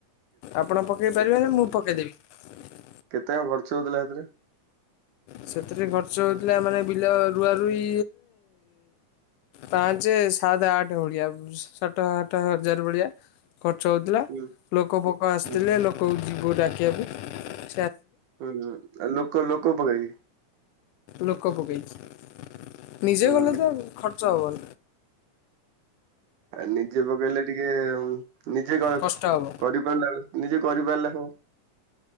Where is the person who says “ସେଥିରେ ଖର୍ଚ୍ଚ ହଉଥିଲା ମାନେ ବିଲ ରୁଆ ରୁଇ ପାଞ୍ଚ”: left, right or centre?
Left